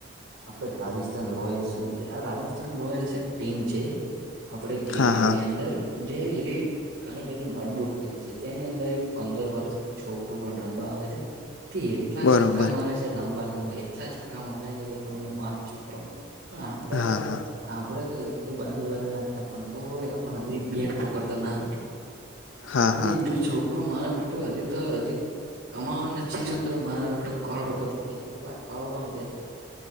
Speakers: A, on the right; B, on the left.
A: આપડા રાજસ્થાન રોયલ્સ શું છે આ રાજસ્થાન રોયલ્સ એક ટીમ છે. આપણે ક્રિકેટની
B: હા હા
A: અંદર જે ઘણી બધી મજબૂત ટીમ છે તેની અંદર એક પંદર વર્ષનું છોકરું પણ રમવા આવે છે. તે એટલા
B: બરોબર
A: છક્કા મારે છે લાંબા લાંબા એટલા છક્કા મારે છે કે તમને વાંચચું કરો. પણ આપડે
B: હા
A: તો હજી
B: હા
A: આપડે તો એક બી બાવી વાર નથી આપવાના તો ય આપણ ને એક બેટ પકડતા ના આવડ્યું.
B: હા
A: અને
B: હા
A: ઈરું છોકરોું મારા બેઠું હજી તો હજી કમાવાના માડ કરોડોપતિ થઈ ગય કરોડોમાં બેસાય,